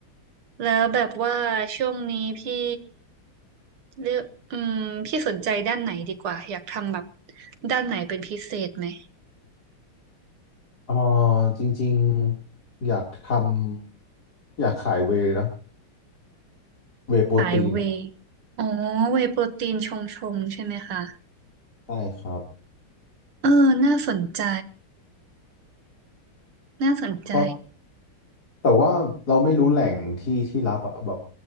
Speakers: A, on the right; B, on the left.
A: แล้วแบบว่าช่วงนี้พี่เลือกอืมพี่สนใจด้านไหนดีกว่าอยากทำแบบด้านไหนเป็นพิเศษไหม
B: เอ๋อจริงๆ อยากทำ อยากขายเวย์นะ เวย์โปรตีนอ่ะ
A: สายเวย์อ๋อเวย์โปรตีนชงชงใช่ไหมคะ
B: ใช่ครับ
A: เออน่าสนใจน่าสนใจ
B: เพราะแต่ว่าเราไม่รู้แหล่งที่ที่รับอะแบบ